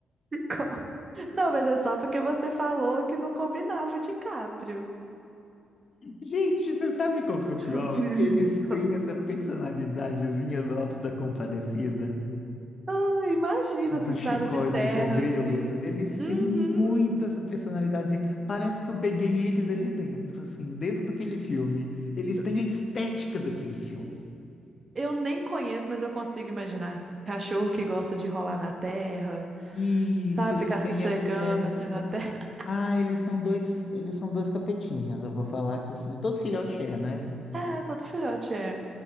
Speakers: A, on the right; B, on the left.
A: Gicó. Não, mas é só porque você falou que não combinava o DiCaprio.
B: Gente, você sabe qual que é o
A: <laughs>
B: pior? Eles têm essa personalidadezinha do Auto da Compadecida,
A: Ah, imagina
B: do
A: essa estrada
B: Chicó
A: de terra,
B: e do João Grilo.
A: assim.
B: Eles
A: Uhum.
B: têm muito essa personalidadezinha. Parece que eu peguei eles ali dentro, assim, dentro daquele filme. Eles têm
A: E
B: a estética daquele filme.
A: Eu nem conheço, mas eu consigo imaginar. Cachorro que gosta de rolar na terra,
B: Isso,
A: sabe?
B: eles
A: Ficar
B: têm
A: se esfregando
B: essa estética.
A: assim na terra. <laughs>
B: Ah, eles são dois, eles são dois capetinhas, eu vou falar que sim. Todo filhote é, né?
A: É, todo filhote é.